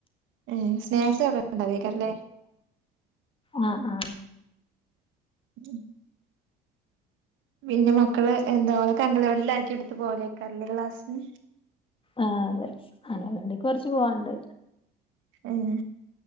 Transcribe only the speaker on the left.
ആ ആ
ആ അതെ അങ്ങനെണ്ട കുറച്ച്പോവാണ്ട്